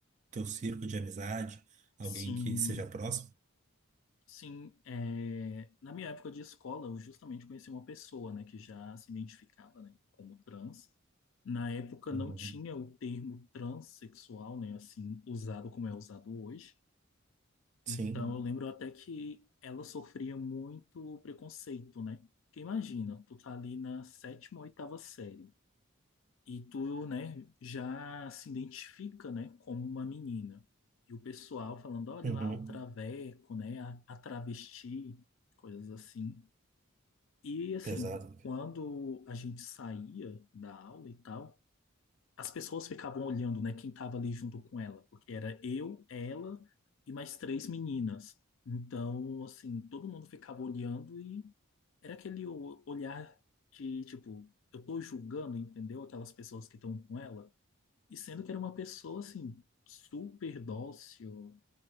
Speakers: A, on the right; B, on the left.
A: teu círculo de amizade, alguém
B: Sim.
A: que seja próximo?
B: Sim, é, na minha época de escola, eu justamente conheci uma pessoa, né, que já se identificava, né, como trans. Na época
A: Uhum.
B: não tinha o termo transexual, né, assim, usado como é usado hoje.
A: Sim.
B: Então eu lembro até que ela sofria muito preconceito, né? Porque imagina, tu tá ali na sétima ou oitava série. E tu, né, já se identifica, né, como uma menina. E o pessoal falando, olha
A: Uhum.
B: lá, o traveco, né, a, a travesti, coisas assim. E, assim,
A: Pesado.
B: quando a gente saía da aula e tal, as pessoas ficavam olhando, né, quem tava ali junto com ela, porque era eu, ela e mais três meninas. Então, assim, todo mundo ficava olhando e era aquele o- olhar de, tipo, eu tô julgando, entendeu? Aquelas pessoas que estão com ela. E sendo que era uma pessoa, assim, super dócil,